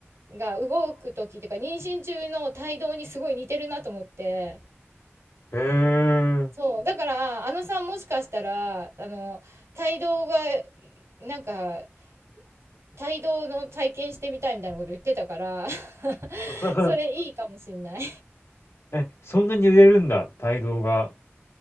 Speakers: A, on the right (about 80°); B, on the left (about 75°).
A: が動く時っていうか、妊娠中の胎動にすごい似てるなと思って。
B: へえ。
A: そう。だから、あのさんもしかしたら、あの、胎動が、なんか、胎動の体験してみたいみたいなこと言ってたから、<laughs>
B: <laughs>
A: それいいかもしんない。
B: え、そんなに売れるんだ、帯同が。